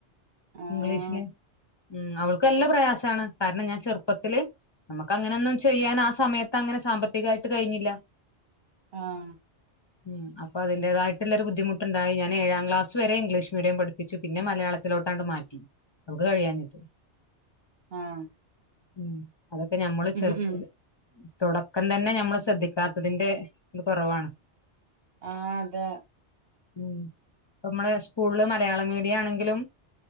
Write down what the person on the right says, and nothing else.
ആഹ്
അതെ
ആഹ്
ആഹ്
ഉം ഉം
ആ അതെ